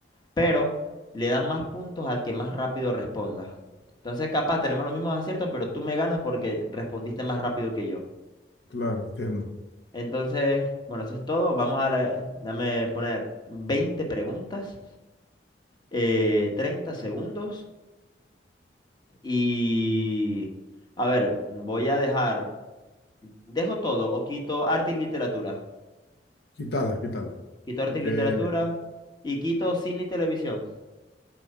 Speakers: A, on the left; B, on the left.
A: pero le dan más puntos al que más rápido responda. Entonces, capaz tenemos los mismos aciertos, pero tú me ganas porque respondiste más rápido que yo.
B: Claro, entiendo.
A: Entonces, bueno, eso es todo. Vamos a la- dame poner 20 preguntas, eh, 30 segundos. Y, a ver, voy a dejar, dejo todo o quito arte y literatura.
B: Quítala, quítala.
A: Quito arte
B: Para
A: y
B: que
A: literatura y quito cine y televisión.